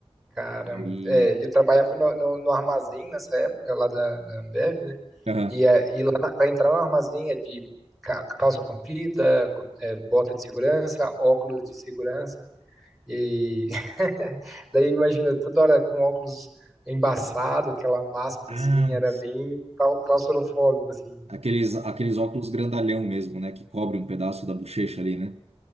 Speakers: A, in the centre; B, on the right (about 70°).
A: Caramba.
B: Aí,
A: É, eu trabalhava no, no- no armazém nessa época, lá da, da Ambev, né?
B: aham.
A: E, é, e lá para entrar no armazém é de ca- calça comprida, cu- é, bota de segurança, óculos de segurança. E <laughs> daí imagina, toda hora com óculos embaçado, aquela máscara
B: Ah,
A: assim, era bem clau- claustrofóbico, assim.
B: aqueles, aqueles óculos grandalhão mesmo, né? Que cobre um pedaço da bochecha ali, né?